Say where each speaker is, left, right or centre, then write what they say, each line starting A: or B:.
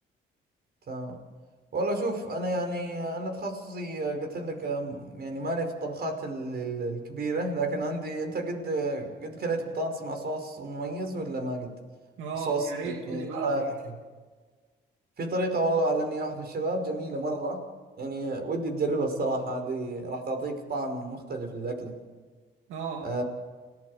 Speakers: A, on the right; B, on the right.
A: تمام والله شوف انا يعني انا تخصصي قلت لك أم، يعني مالي في الطبخات ال- ال- الكبيره لكن عندي انت قد قد كليت بطاطس مع صوص مميز ولا ما قد
B: اه
A: صوص
B: يا ريت تقول
A: يعني
B: لي
A: سلطة
B: بقى على طريقتها
A: كذا. في طريقه والله علمني واحد من الشباب جميله مره يعني ودي تجربها الصراحه هذه راح تعطيك طعم مختلف للاكله
B: اه
A: أه،